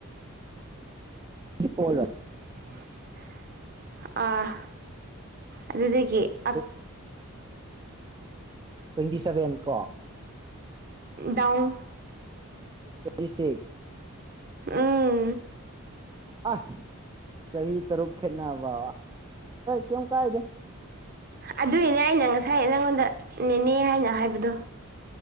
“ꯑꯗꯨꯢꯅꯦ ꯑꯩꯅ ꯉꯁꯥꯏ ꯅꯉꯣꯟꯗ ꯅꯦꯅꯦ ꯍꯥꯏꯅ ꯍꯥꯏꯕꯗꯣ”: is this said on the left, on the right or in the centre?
Right